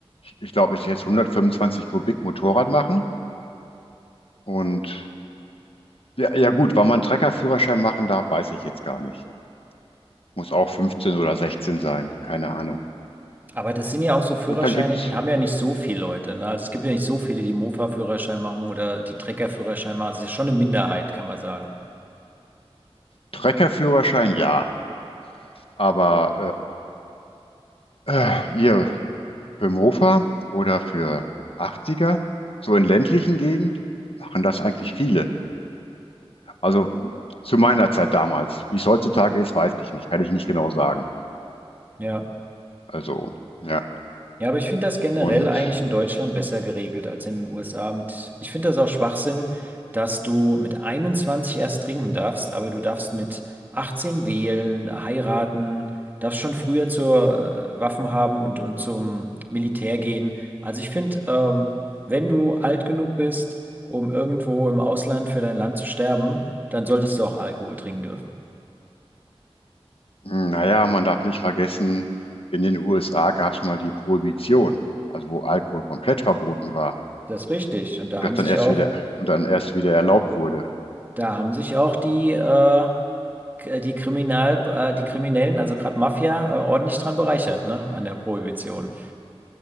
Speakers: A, on the left; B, on the right.
A: ich glaube, ich jetzt 125 Kubik Motorrad machen. Und ja, ja gut, wann man einen Treckerführerschein machen darf, weiß ich jetzt gar nicht. Muss auch 15 oder 16 sein, keine Ahnung.
B: Aber das sind ja auch so Führerscheine,
A: Und dann gibt's
B: die haben ja nicht so viele Leute. Ne? Also es gibt ja nicht so viele, die Mofa-Führerschein machen oder die Trecker-Führerschein machen. Das ist ja schon eine Minderheit, kann man sagen.
A: Treckerführerschein, ja. Aber äh, äh, hier für Mofa oder für 80er, so in ländlichen Gegend, machen das eigentlich viele. Also zu meiner Zeit damals. Wie es heutzutage ist, weiß ich nicht. Kann ich nicht genau sagen.
B: Ja.
A: Also, ja.
B: Ja, aber ich finde das generell
A: Und
B: eigentlich in Deutschland besser geregelt als in den USA. Mit, ich finde das auch Schwachsinn, dass du mit 21 erst trinken darfst, aber du darfst mit 18 wählen, heiraten, darfst schon früher zur äh, Waffen haben und, und zum Militär gehen. Also ich finde, ähm, wenn du alt genug bist, um irgendwo im Ausland für dein Land zu sterben, dann solltest du auch Alkohol trinken dürfen.
A: Naja, man darf nicht vergessen, in den USA gab es mal die Prohibition, also wo Alkohol komplett verboten war
B: Das ist richtig. Und da
A: und
B: haben
A: das dann
B: sich
A: erst
B: auch,
A: wieder und dann erst wieder erlaubt wurde.
B: da haben sich auch die äh, k- äh, die Kriminal, äh, die Kriminellen, also gerade Mafia, äh, ordentlich dran bereichert, ne? An der Prohibition.